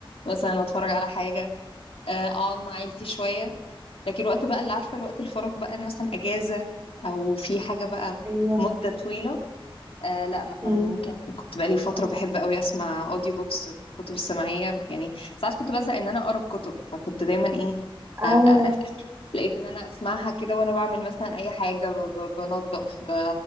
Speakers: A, on the left; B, on the right.
A: مثلا اتفرج على حاجة آه اقعد مع عيلتي شوية لكن وقت بقى اللي عارفة الوقت الفراغ بقى انا مثلا اجازة او في حاجة بقى
B: ايوه
A: مدة طويلة آه لا مثلا
B: امم
A: ممكن كنت بقالي فترة بحب قوي اسمع اوديو بوكس الكتب السمعية يعني ساعات كنت بزهق ان انا اقرا الكتب فكنت دايما ايه
B: اه
A: آه، آه، لقيت ان انا اسمعها كده وانا بعمل مثلا اي حاجه ب- ب- بنظف ب...